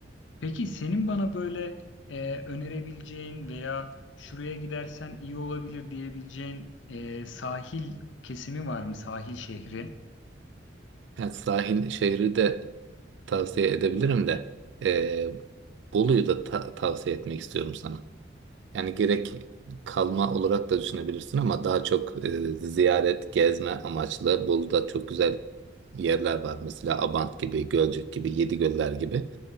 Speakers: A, on the left (about 80°); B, on the right (about 65°).
A: peki senin bana böyle e, önerebileceğin veya şuraya gidersen iyi olabilir diyebileceğin e, sahil kesimi var mı? Sahil şehri
B: Yani sahil şehri de tavsiye edebilirim de eee, Bolu'yu da ta- tavsiye etmek istiyorum sana. Yani gerek kalma olarak da düşünebilirsin ama daha çok eee, ziyaret, gezme amaçlı. Bolu'da çok güzel yerler var. Mesela Abant gibi, Gölcük gibi, Yedigöller gibi.